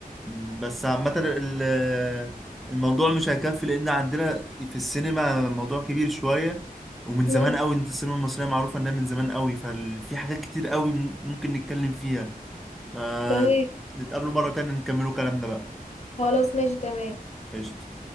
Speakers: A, in the centre; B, on the left (about 45°).
A: مم، بس عامة ال- الموضوع مش هيكفي لأن عندنا في السينما موضوع كبير شوية ومن
B: امم
A: زمان قوي انت السينما المصرية معروفة انها من زمان قوي ففي حاجات كتير قوي ممكن نتكلم فيها ف-
B: تمام
A: نتقابلوا مرة تانية نكملوا كلامنا بقى
B: خلاص ماشي تمام
A: قشطة